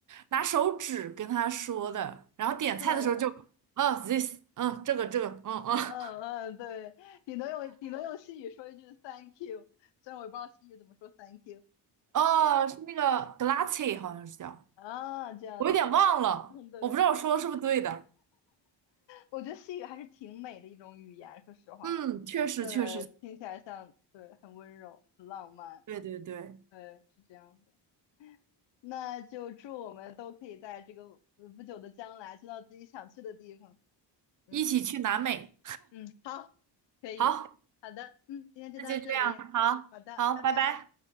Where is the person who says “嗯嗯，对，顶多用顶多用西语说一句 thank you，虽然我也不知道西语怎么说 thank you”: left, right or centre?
Left